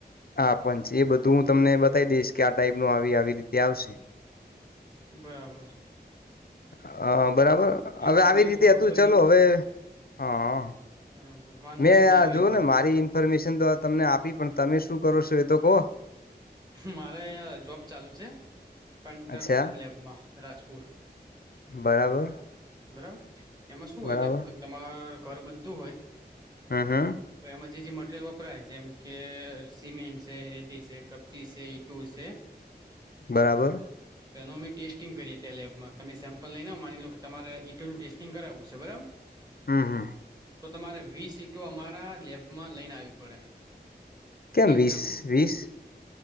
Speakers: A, on the left (about 60°); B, on the right (about 20°).
A: હા સ્પંચ એ બધું હું
B: હમ
A: તમને બતાવી દઈશ. કે આ ટાઇપનું આવી આવી રીતે આવશે.
B: બરાબર.
A: હા બરાબર.
B: ઓકે
A: હવે
B: વાંધો
A: આવી
B: નહી
A: રીતે
B: તો ગોઠવીએ
A: હતું. ચાલો હવે હા
B: બરાબર વાંધો
A: મેં
B: નહી ગોઠવીએ
A: આ જોવોને
B: કાલે
A: મારી ઇન્ફોર્મેશન તો તમને આપી, પણ તમે શું કરો છો? એ તો કહો.
B: મારે અ જોબ ચાલુ છે. કન્સ્ટ્રક્શન
A: અચ્છા
B: લેબમાં રાજપુર.
A: બરાબર.
B: બરાબર એમાં શું હોય
A: બરાબર
B: કે, તમારે ઘર બનતું હોય
A: હમ હમ
B: તો એમાં જે જે મટ રીયલ વપરાય જેમ કે સિમેન્ટ છે, રેતી છે, કપચી છે, ઈંટુ છે
A: બરાબર.
B: તો એનું અમે ટેસ્ટિંગ કરીએ ત્યાં લેબમાં. તમે સેમ્પલ લઈને આવો માની લ્યો કે તમારે ઈંટુનું ટેસ્ટિંગ કરાવવું છે. બરાબર
A: હમ્મ હમ્મ
B: તો તમારે વીસ ઈંટો અમારા લેબમાં લઈને આવવી પડે.
A: કેમ
B: એકદમ
A: વીસ. વીસ?